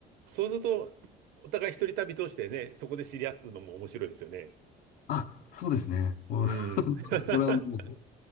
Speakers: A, on the right; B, on the left.
A: そうすると、お互い一人旅通してね、そこで知り合うのも面白いですよね。
B: あ、そうですね。もう
A: うん。<laughs>
B: <laughs> それはもう、